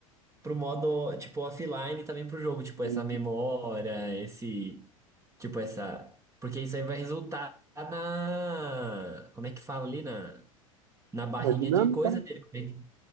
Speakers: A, on the right; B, on the right.
A: Pro modo, tipo, offline também pro jogo. Tipo,
B: E,
A: essa memória, esse. Tipo, essa. Porque isso aí vai resultar na. Como é que fala ali? Na. na barrinha
B: cara, é dinâmica,
A: de coisa
B: né?
A: dele. Como é que,